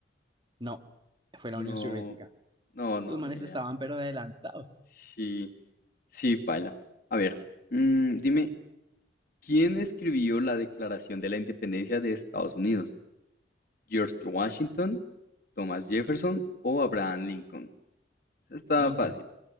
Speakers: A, on the right; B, on the left.
A: No, fue la
B: No,
A: Unión Soviética.
B: no, no,
A: Esos manes
B: ni idea.
A: estaban pero adelantados.
B: Sí, sí, paila. A ver, mm, dime, ¿quién escribió la Declaración de la Independencia de Estados Unidos? ¿George Washington, Thomas Jefferson o Abraham Lincoln? Esa está
A: Lincoln,
B: fácil.